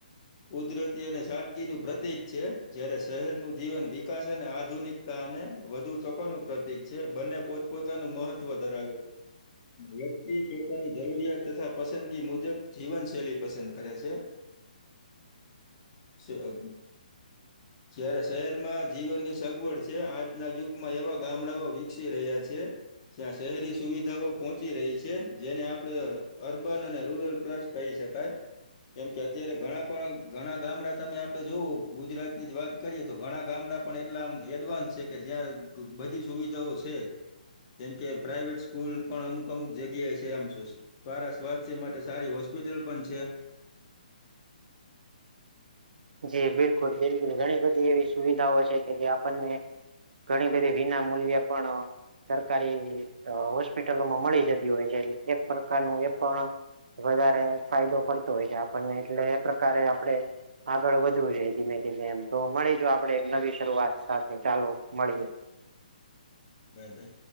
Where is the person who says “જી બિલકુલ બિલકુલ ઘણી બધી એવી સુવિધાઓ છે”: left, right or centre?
Right